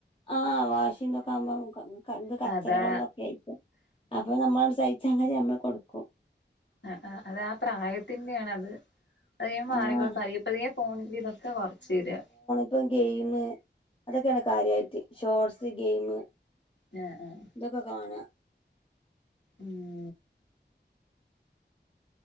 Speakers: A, on the left; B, on the left.
A: ആഹ് വാശിം ഇതൊക്കെ ആവുമ്പം നമ്മുക്ക് ക ഇത് കച്ചറകളും
B: അതാ
A: ഇതൊക്കെ എയ്ര്ക്കും അപ്പ നമ്മെൾ ആണ്ട് സഹിച്ചാ <unintelligible> നമ്മെൾ കൊട്ക്കും
B: ആഹ് ആഹ് അത് ആ പ്രായത്തിന്റെ ആണ് അത് അത് വേം മാറിക്കോളും
A: ആഹ്
B: പതിയെ പതിയെ ഫോണിന്റെ ഇതെക്കെ കൊർച്ച് വെരാ
A: ഇപ്പം ഗെയിം അതൊക്കെയാണ് കാര്യയായിട്ട് ഷോർട്സ്, ഗെയിം
B: ഞാ ആഹ്
A: ഇതൊക്കെ കാണാ
B: ഉം